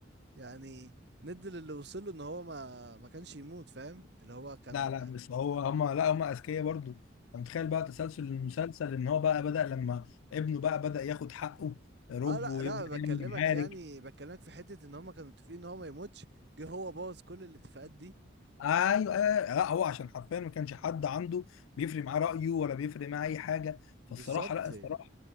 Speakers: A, on the right; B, on the left.
A: يعني ند اللي وصله ان هو ما ما كانش يموت فاهم اللي هو كان
B: لا لا بس هو هما لا هما اذكياء برضو انت متخيل بقى تسلسل المسلسل ان هو بقى بدأ لما ابنه بقى بدأ ياخد حقه رب
A: اه لا
B: ويبدأ
A: لا بكلمك
B: يعمل معارك
A: يعني بكلمك في حتة ان هما كانوا متفقين ان هو ما يموتش جه هو بوظ كل الاتفاقات دي
B: ايوه ايوه لا هو عشان حرفيا ما كانش حد عنده بيفرق معاه رأيه ولا بيفرق معاه اي حاجه
A: بالظبط
B: فالصراحه لا الصراحه